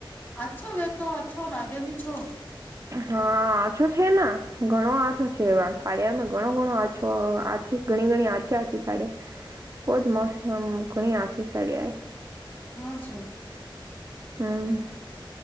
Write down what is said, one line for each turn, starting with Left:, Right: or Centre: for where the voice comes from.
Left: અછો વેતો અછો લાગે ને છો.
Right: હા આછો છે ન ઘણો આછો છે સાાળયામાં ઘણો ઘણો આછો આચી ઘણી ઘણી આછા આચી સાડીયા બહુ જ મોસમ ઘણી આછી સાડીયા એ
Left: હા શું?
Right: હમ્મ.